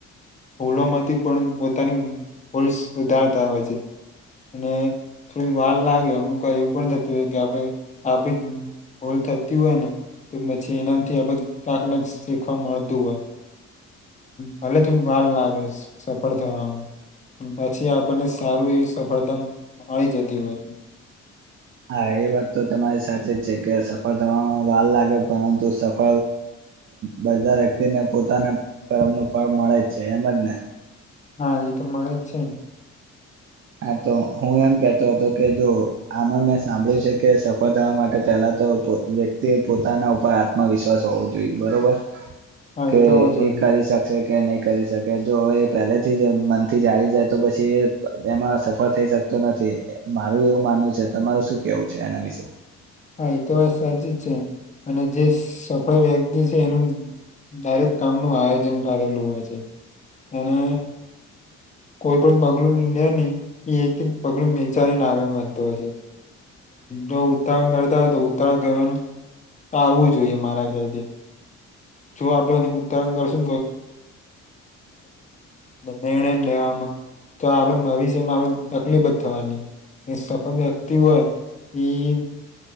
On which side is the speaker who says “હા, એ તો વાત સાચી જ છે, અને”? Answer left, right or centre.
Left